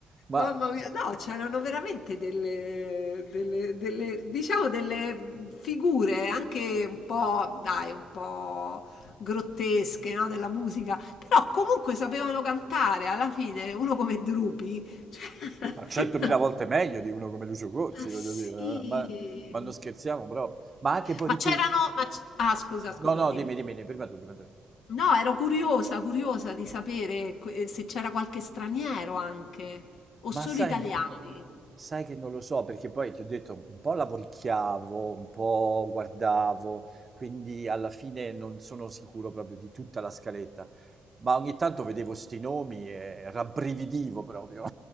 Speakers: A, on the right (about 30°); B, on the left (about 70°).
A: Ma,
B: mamma mia, no, c'erano veramente delle, delle- delle- diciamo, delle figure anche un po', dai, un po'. grottesche no, della musica, però comunque sapevano cantare alla fine, uno come Drupi. Cioè...
A: ma 100.000
B: <laughs>
A: volte meglio di uno come Lucio Corsi,
B: Ah, sì.
A: voglio dire, eh, ma, ma non scherziamo proprio. Ma anche poi
B: Ma
A: tutti...
B: c'erano... ma c- Ah, scusa, scusa,
A: No, no,
B: dimmi.
A: dimmi, dimmi, prima tu, prima tu.
B: No, ero curiosa, curiosa di sapere que- eh, se c'era qualche straniero anche, o
A: Ma
B: solo
A: sai,
B: italiani.
A: sai che non lo so, perché poi ti ho detto, un po' lavoricchiavo, un po' guardavo, quindi alla fine non sono sicuro proprio di tutta la scaletta, ma ogni tanto vedevo sti nomi e rabbrividivo proprio.